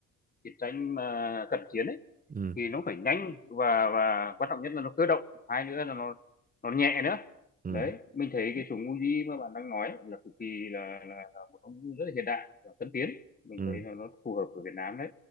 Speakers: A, on the left (about 30°); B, on the right (about 30°).
A: chiến tranh mà cận chiến ấy
B: Ừ.
A: thì nó phải nhanh và và quan trọng nhất là nó cơ động hai nữa là nó nó nhẹ nữa
B: Ừ.
A: đấy mình thấy cái súng Uzi mà bạn đang nói là cực kỳ là, là, là một công cụ rất là hiện đại và tân tiến mình
B: Ừ. Ừ.
A: thấy là nó phù hợp ở Việt Nam đấy